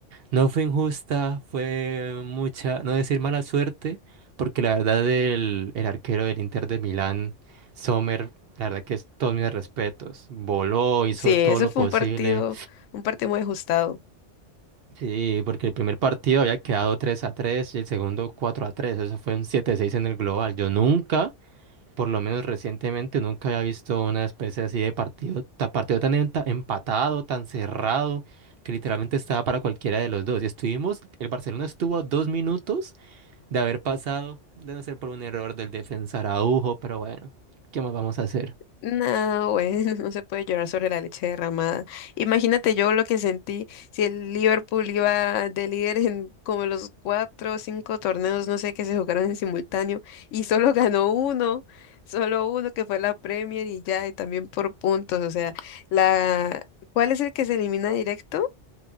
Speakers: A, on the right (about 60°); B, on the left (about 85°).
A: no fue injusta, fue mucha, no decir mala suerte, porque la verdad el, el arquero del Inter de Milán, Sommer, la verdad que es todos mis respetos. Voló, hizo
B: Sí, eso
A: todo lo
B: fue
A: posible.
B: un partido, un partido muy ajustado.
A: Sí, porque el primer partido había quedado 3 a 3 y el segundo 4 a 3. Eso fue un siete seis en el global. Yo nunca por lo menos recientemente, nunca había visto una especie así de partido, ta- partido tan enta- empatado, tan cerrado, que literalmente estaba para cualquiera de los dos. Y estuvimos, el Barcelona estuvo a dos minutos de haber pasado, de no ser por un error del defensa Araujo, pero bueno, ¿qué más vamos a hacer?
B: No, güey, <laughs> no se puede llorar sobre la leche derramada. Imagínate yo lo que sentí si el Liverpool iba de líder en como los cuatro o cinco torneos, no sé, que se jugaron en simultáneo y solo <laughs> ganó uno, solo uno que fue la Premier y ya, y también por puntos. O sea, la, ¿cuál es el que se elimina directo?